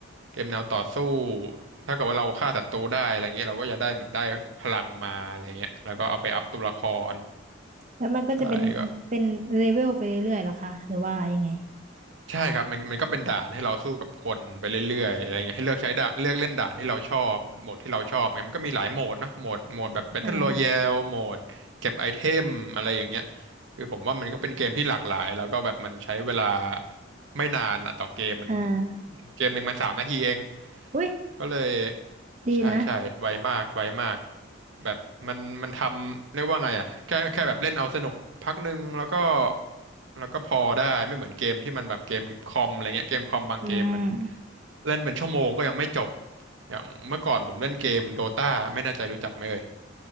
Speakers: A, on the right; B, on the right.
A: เกมแนวต่อสู้ถ้าเกิดว่าเราฆ่าศัตรูได้อะไรเงี้ยเราก็จะได้เหมือนได้พลังมาอะไรเงี้ยแล้วก็เอาไปอัพตัวละคร
B: แล้วมันก็จะเป็นเป็นเลเวลไปเรื่อยๆเหรอคะหรือว่ายังไง
A: ใช่ก็ ใช่ครับมันมันก็เป็นด่านให้เราสู้กับคนไปเรื่อยๆอะไรเงี้ยให้เลือกใช้ด่านเลือกเล่นด่านที่เราชอบโหมดที่เราชอบไงมันก็มีหลายโหมดเนาะโหมดโหมดแบบ Battle
B: อ่า
A: Royale โหมดเก็บไอเทมอะไรอย่างเงี้ยคือผมว่ามันก็เป็นเกมที่หลากหลายแล้วก็แบบมันใช้เวลาไม่นานอะต่อเกมมัน
B: อ่า
A: เกมหนึ่งมันสามนาทีเอง
B: อุ้ย
A: ก็เลย
B: ดีนะ
A: ใช่ใช่ไวมากไวมากแบบมันมันทำเรียกว่าไงอ่ะแค่แค่แบบเล่นเอาสนุกพักหนึ่งแล้วก็แล้วก็พอได้ไม่เหมือนเกมที่มันแบบเกมคอมอะไรเงี้ยเกมคอมบางเกมมัน
B: อืม
A: เล่นเป็นชั่วโมงก็ยังไม่จบอย่างเมื่อก่อนผมเล่นเกมโดตาไม่แน่ใจรู้จักไหมเอ่ย